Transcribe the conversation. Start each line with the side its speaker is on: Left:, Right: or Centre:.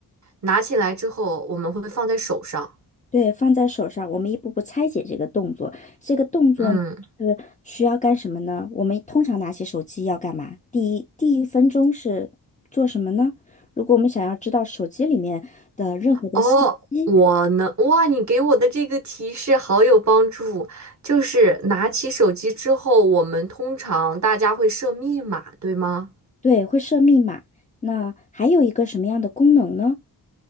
Right: 拿起来之后，我们会放在手上。
Left: 对，放在手上，我们一步步拆解这个动作。这个动作呢是需要干什么呢？
Right: 嗯，
Left: 我们通常拿起手机要干嘛？第一，第一分钟是做什么呢？如果我们想要知道手机里面的任何的信息，
Right: 哦，我能，哇，你给我的这个提示好有帮助，就是拿起手机之后，我们通常大家会设密码，对吗？
Left: 对，会设密码。那还有一个什么样的功能呢？